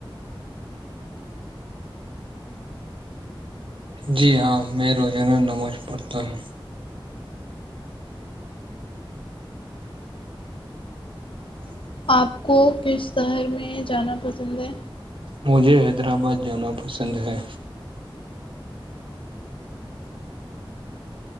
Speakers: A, on the right; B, on the left.
A: جی ہاں میں روزانہ نماز پڑھتا ہوں اور <inaudible>
B: آپ کو کس شہر میں جانا پسند ہے
A: مجھے حیدرآباد جانا پسند ہے